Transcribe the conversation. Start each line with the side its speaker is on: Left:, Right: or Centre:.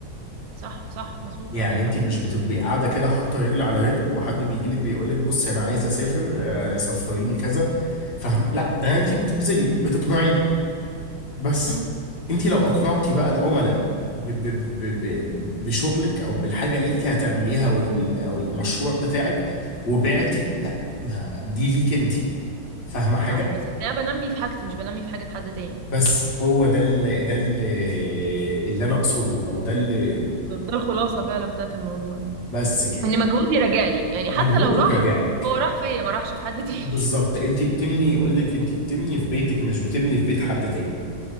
Right: صح صح مظبوط
Left: يعني
Right: عندك حق
Left: انت مش بتبقي قاعده كده حاطه رجل على رجل وحد بيجي لك بيقول لك بصي انا عايز اسافر آه، سفريني كذا فاهم لا
Right: لا
Left: ده انت بتبذلي بتقنعيه بس
Right: امم
Left: انت لو اقنعتي بقى العملاء ب- ب- ب- ب- بشغلك او بالحاجه اللي انت هتعمليها او ال- أو المشروع بتاعك وبعتي لا ما دي ليك انت فاهمه حاجه
Right: صح بالظبط يعني انا بنمي في حاجتي مش بنمي في حاجه حد تاني
Left: بس هو ده اللي ده اللي اللي انا اقصده او ده اللي
Right: طب ده الخلاصه فعلا بتاعت الموضوع يعني
Left: بس كده
Right: ان مجهودي راجع لي يعني
Left: مجهودك
Right: حتى لو راح
Left: راجع لك
Right: هو راح فيا ما راحش في حد تاني <laughs>
Left: بالظبط انت بتبني يقول لك انت بتبني في بيتك مش بتبني في بيت حد تاني